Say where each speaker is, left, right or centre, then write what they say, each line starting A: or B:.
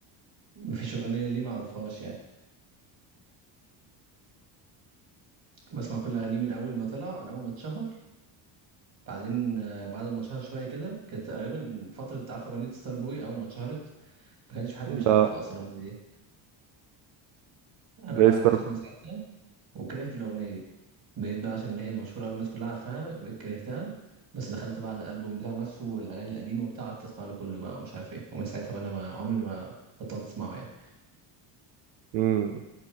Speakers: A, on the right; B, on the right.
A: مفيش أغنية ليه معرفهاش يعني بسمع كل أغانيه من أول ما طلع من أول ما اتشهر بعدين آه، بعد ما اتشهر شوية كده كانت تقريبا فترة عارفة أغنية ستار بوي أول ما اتشهرت ما كانش في حد
B: لا
A: مش عارفها أصلا الأغنية دي أنا
B: ليستر
A: بقى عرفته من ساعتها وكرهت الأغنية دي بقيت بقى عشان هي مشهورة أوي الناس كلها عارفاها بقيت كرهتها بس دخلت بقى على الألبوم بتاعه نفسه والأغاني القديمة وبتاع قعدت أسمع له كله بقى ومش عارف إيه ومن ساعتها وأنا ما عمري ما بطلت أسمعه يعني
B: امم